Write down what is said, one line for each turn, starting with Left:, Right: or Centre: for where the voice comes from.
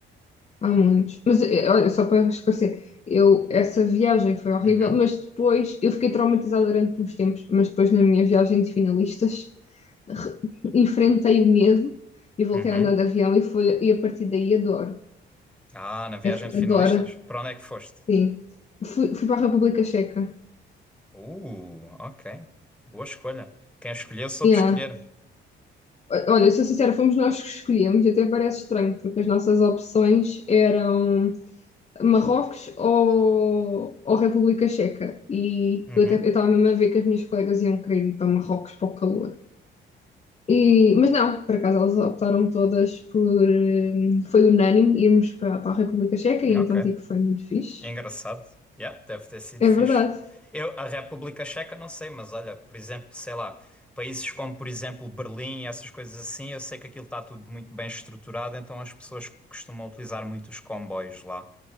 Left: Há muitos. Mas eh, olha, só para esclarecer, eu, essa viagem foi horrível,
Centre: Uhum,
Left: mas depois eu fiquei traumatizada durante uns tempos, mas depois na minha viagem de finalistas re- enfrentei o medo e voltei
Centre: uhum.
Left: a andar de avião e, foi, e a partir daí adoro.
Centre: Ah, na viagem
Left: É f-
Centre: de finalistas?
Left: adoro,
Centre: Para onde é que foste?
Left: sim. Fui, fui para a República Checa.
Centre: Uh, ok. Boa escolha. Quem escolheu soube
Left: Yeah.
Centre: escolher.
Left: O- Olha, sou sincera, fomos nós que escolhemos, e até parece estranho, porque as nossas opções eram. Marrocos ou, ou República Checa. E
Centre: Uhum,
Left: eu até eu estava mesmo a ver que as minhas colegas iam querer ir para Marrocos para o calor. E, mas não, por acaso elas optaram todas por. hum, Foi unânime irmos para, para a República Checa e
Centre: ok.
Left: então, tipo, foi muito fixe.
Centre: Engraçado. Yeah, deve ter sido
Left: É
Centre: fixe.
Left: verdade.
Centre: Eu, a República Checa, não sei, mas olha, por exemplo, sei lá, países como, por exemplo, Berlim, essas coisas assim, eu sei que aquilo está tudo muito bem estruturado, então as pessoas costumam utilizar muito os comboios lá.